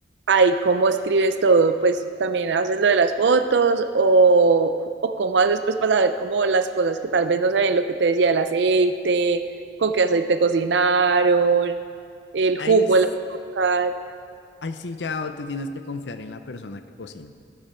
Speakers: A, on the right (about 75°); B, on the left (about 75°).
A: Ay, ¿cómo escribes todo? Pues también haces lo de las fotos o, o cómo haces pues para saber cómo las cosas que tal vez no se ven, lo que te decía, el aceite, con qué aceite cocinaron, el
B: Ahí,
A: jugo,
B: s-
A: el azúcar.
B: ahí sí ya te tienes que confiar en la persona que cocina.